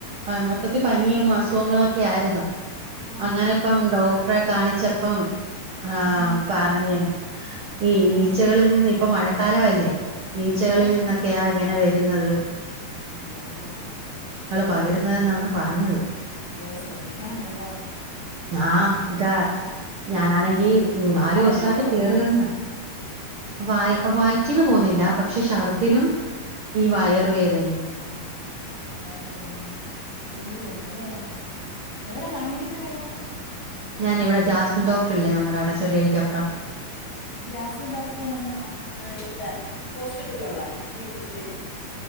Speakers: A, on the right; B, on the left.
A: അ മൊത്തത്തി പനിയും അസുഖങ്ങളൊക്കെ ആയിരുന്നു
B: ആ
A: അങ്ങനെപ്പം
B: ഹാ ഹാ
A: ഡോക്ടറെ കാണിച്ചപ്പം ആ
B: ഉം.
A: പറഞ് ഈ
B: ആ
A: ഈച്ചകളിൽ നിന്ന് ഇപ്പൊ മഴക്കാലമല്ലേ ഈച്ചകളിൽ
B: ആ
A: നിന്നൊക്കെയാ
B: ഹാ
A: ഇങ്ങനെ വരുന്നത്
B: അയ്യോ
A: പകരുന്നതെന്നാന്ന് പറഞ്ഞത് പ
B: യ്യോ ശ്രദ്ധിക്കണം കേട്ടാ
A: <unintelligible> ഞാനാണെങ്കി മൂന്നാലൂസായിട്ട്
B: വയറ്റിളക്കം
A: കേറിയിറങ്ങ
B: ഉണ്ടോ
A: വ വയിറ്റിന്ന് പോവുന്നില്ല പക്ഷെ ശർദിലും ഈ വയറു വേദനയും
B: വയറ് വേദന ചൂടും ഒണ്ടല്ലേ എവടാ കാണിക്കുന്ന എവട
A: ഞാനെ ഇവിടെ ജാസ്മിൻ ഡോക്ടർ ഇല്ലേ നമ്മുടെ അവടെ ചെറിയഴിക്കപ്പറം
B: <inaudible> ജാസ്മിൻ ഡോക്ടറ് നമ്മുടെ അയ അ ഇവിടെ ഹോസ്പിറ്റലിലുള്ള പി എച്ച് എസ് സിയില്